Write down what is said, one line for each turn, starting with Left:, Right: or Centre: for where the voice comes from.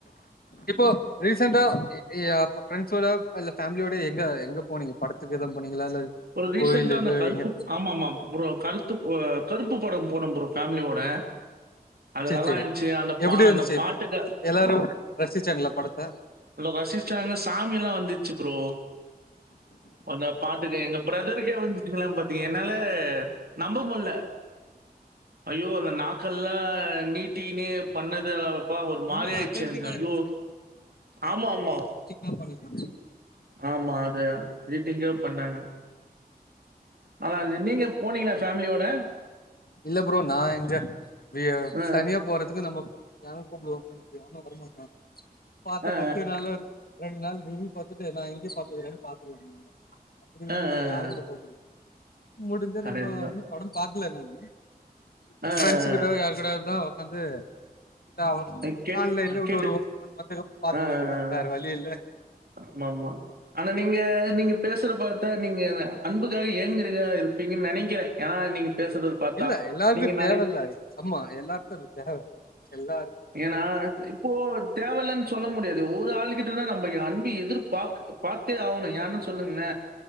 Left: இப்போ ரீசென்டா ஏ ஏயப்ப ஃப்ரெண்ஸோட இல்ல ஃபேமிலியோட எங்க எங்க போனீங்க படத்துக்கு எதுவு போனீங்களா இல்ல
Right: ஒரு ரீசண்ட்டா
Left: கோயிலுக்கு
Right: அந்த கருப்பு
Left: எங்க
Right: ஆமாமாம் ப்ரோ கருத்து வ கருப்பு படம் போனம் ப்ரோ ஃபேமிலியோட அது
Left: சரி
Right: நல்லா
Left: சரி
Right: இந்துச்சு அந்த பா
Left: எப்டி
Right: அந்த
Left: இருந்துச்சு
Right: பாட்டுக்க
Left: எல்லாரு ரசிச்சாங்களா படத்த
Right: ரசிச்சாங்க சாமி எல்லாம் வந்துச்சு ப்ரோ அந்த பாட்டுக்கு எங்க ப்ர பிரதருகே வந்துச்சுங்களன் பாத்தீங்க என்னால நம்ப முல்ல ஐயோ அந்த நாக்கல்லா நீட் ட்டினே பண்ணது அப்பா ஒரு மாறியாயிடுச்சு
Left: ரொம்ப அத்தன்டிக்கா
Right: எனக்கு ஐயோ
Left: இருந்துச்சு
Right: ஆமா ஆமா
Left: ஆ பண்ணி காமிச்சா
Right: ஆமா அத ரீட்டிங்கா பண்ணாங்க ஆனா நின்நீங்க போனீங்களா ஃபேமிலியோட
Left: இல்ல ப்ரோ நா எங்க வி
Right: அ,
Left: சனியா போ போரதுக்கு நம்ம யாரும் கூப்பிடுவோ ஃபிரண்ட் எவனும் வரமாட்டா பாத்தா
Right: அ, அ,
Left: பஸ்ட்டு நாள் வேற ரெண்டு நாள் ரிவ்யூ பாத்துட்டு நா இங்கயே சாப்டுக்குறன் பாத்துருவங்கங்க அப்டி இருந்து
Right: அ,
Left: நம்ப
Right: அ.
Left: யார்
Right: அ.
Left: கூட போ முடியு முடிஞ்சா
Right: கரெக்ட்
Left: நம்ப
Right: தான்.
Left: வந்து படம் பாக்கல நானு
Right: அ, அ,
Left: ஃப்ரெண்ஸ் கூட யார் கூடயாதுதா உக்காந்து இல்ல
Right: அ. கேட்
Left: ஆன்லைன்ல இன்னொரு
Right: கேட்டு
Left: ஓ போன் வந்து பாத்துக்க
Right: அ, அ,
Left: வேண்டியதா
Right: அ.
Left: வேற வழி இல்ல
Right: ஆமாமா ஆனா நீங்க நீங்க பேசுற பாத்தா நீங்க அன்புக்காக ஏங்குறிங்க இரு ப்பீங்கன் நெனைக்கிற ஏனா நீங்க பேசுறத பார்த்தா.
Left: இல்ல எல்லாது
Right: நீங்க நெறை
Left: தேவல்ல அம்மா எல்லார்க்கு அது தேவ எல்லார்
Right: ஏனா இப்போ தேவல்லன் சொல்ல முடியாது ஒரு ஆளு கிட்ட தா நம்ப அன்பு எதிர்பாக் பாத்தே ஆவணு யான்னு சொல்லுங்கள